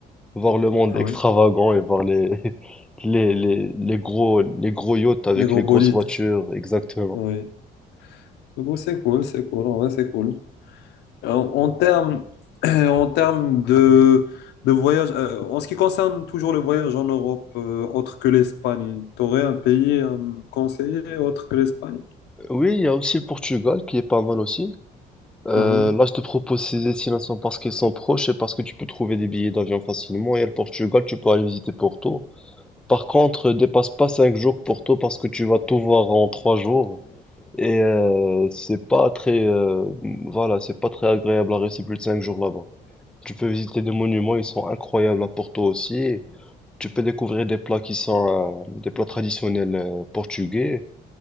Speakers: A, in the centre; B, on the left.
A: voir le monde
B: Ah
A: extravagant
B: oui.
A: et voir les, <laughs> les, les, les gros, les gros yachts avec
B: Des gros
A: les
B: bolides.
A: grosses voitures, exactement.
B: Oui. Du coup, c'est cool, c'est cool. En vrai, c'est cool. En, en termes, <clears throat> en termes de, de voyage, euh, en ce qui concerne toujours le voyage en Europe, euh, autre que l'Espagne, tu aurais un pays à me conseiller autre que l'Espagne?
A: Oui, il y a aussi le Portugal qui est pas mal aussi. Euh,
B: Mhm.
A: là, je te propose ces destinations parce qu'elles sont proches et parce que tu peux trouver des billets d'avion facilement. Et le Portugal, tu peux aller visiter Porto. Par contre, dépasse pas 5 jours Porto parce que tu vas tout voir en 3 jours. Et euh, c'est pas très, euh, voilà, c'est pas très agréable à rester plus de 5 jours là-bas. Tu peux visiter des monuments, ils sont incroyables à Porto aussi. Tu peux découvrir des plats qui sont euh, des plats traditionnels euh, portugais.